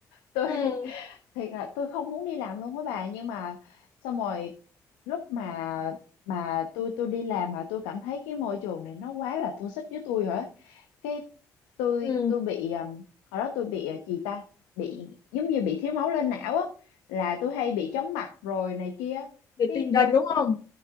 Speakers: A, on the left (about 85°); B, on the left (about 55°).
A: tôi
B: ừ
A: thiệt là tôi không muốn đi làm luôn á bà nhưng mà xong rồi lúc mà mà tôi tôi đi làm mà tôi cảm thấy cái môi trường này nó quá là toxic với tôi rồi á cái tôi
B: ừ
A: tôi bị um, hồi đó tôi bị uh, gì ta bị giống như bị thiếu máu lên não á là tôi hay bị chóng mặt rồi này kia
B: thì
A: cái
B: tiền
A: tôi
B: đình đúng không